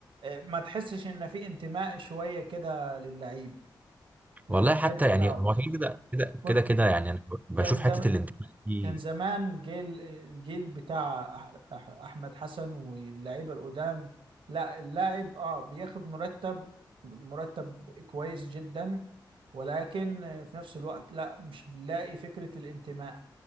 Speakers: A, on the right (about 90°); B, on the right (about 20°).
A: ما تحسش ان في انتماء شويه كده للعيب
B: والله
A: للنادي
B: حتى
A: بتاعه
B: يعني هو كده كده كده
A: كنت
B: كده كده يعني انا بشوف
A: كان زم...
B: حته الانتماء دي
A: كان زمان جيل الجيل بتاع أح... أح... احمد حسن واللعيبه القدام لا اللاعب اه بياخد مرتب مرتب كويس جدا ولكن في نفس الوقت لا مش بنلاقي فكره الانتماء